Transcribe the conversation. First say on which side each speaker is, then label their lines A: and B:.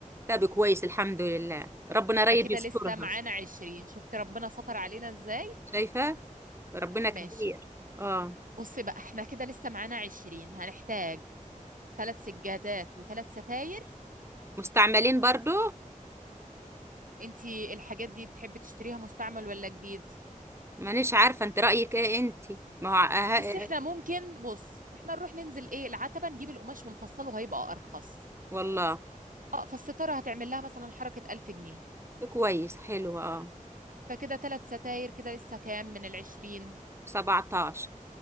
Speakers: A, on the right; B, on the right.
A: طب كويس الحمد لله ربنا رايد
B: فكده
A: يسترها
B: لسه معانا 20 شفت ربنا ستر علينا ازاي
A: شايفة ربنا كبير
B: ماشي
A: اه
B: بصي بقى احنا كده لسه معانا 20 هنحتاج ثلاث سجادات وثلاث ستاير
A: مستعملين برضو
B: انتي الحاجات دي بتحبي تشتريها مستعمل ولا جديد
A: مانيش عارفة انت رأيك ايه انت ما هو اه-
B: بصي احنا
A: أه،
B: ممكن بص احنا نروح ننزل ايه العتبة نجيب القماش ونفصله هيبقى ارخص
A: والله
B: اه فالستارة هتعمل لها مثلا حركة 1000 جنيه
A: كويس حلو اه
B: فكده ثلاث ستاير كده لسه كام من العشرين
A: 17